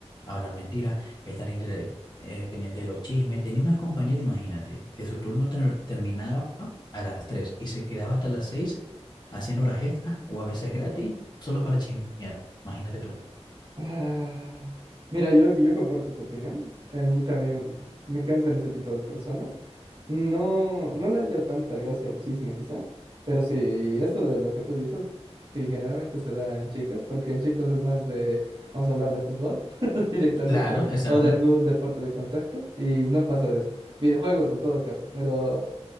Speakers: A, on the left; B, on the right.
A: hablar mentiras, estar inter- eh, pendiente de los chismes. Tenía una compañera, imagínate, que su turno ter- terminaba a las 3 y se quedaba hasta las 6 haciendo horas extras o a veces gratis, solo para chismear. Imagínate tú.
B: Ah, mira, yo, yo comparto tu opinión. A mí también me cansan ese tipo de personas. No, no le hallo tanta gracia al chisme, quizá. Pero sí, esto de lo que tú dices, sí, generalmente se da en chicas, porque en chicos es más de, vamos a hablar de fútbol <laughs> directamente,
A: Claro, exacto.
B: o de algún deporte de contacto, y no pasa de eso. Videojuegos en todo caso, pero